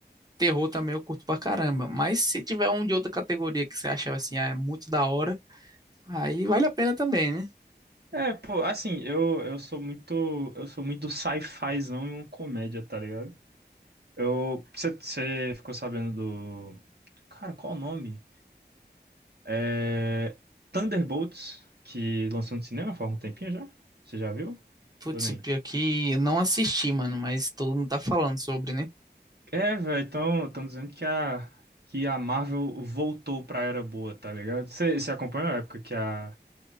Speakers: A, on the right; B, on the right.
A: Terror também eu curto pra caramba. Mas se tiver um de outra categoria que você achar assim, ah, é muito da hora, aí vale a pena também, né?
B: É, pô, assim, eu, eu sou muito, eu sou muito do sci-fizão e uma comédia, tá ligado? Eu, você você ficou sabendo do, cara, qual o nome? É, Thunderbolts, que lançou no cinema faz um tempinho já? Você já viu?
A: Putz,
B: Ou nem?
A: pior que eu não assisti, mano, mas todo mundo tá falando sobre, né?
B: É, velho, estão tão tão dizendo que a, que a Marvel voltou pra era boa, tá ligado? Você acompanha a época que a,